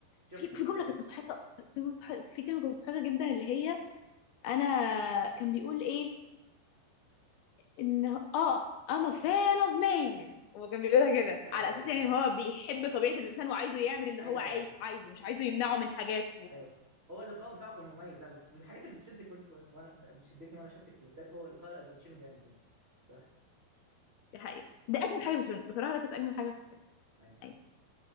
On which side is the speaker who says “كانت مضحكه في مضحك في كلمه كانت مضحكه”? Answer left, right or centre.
Left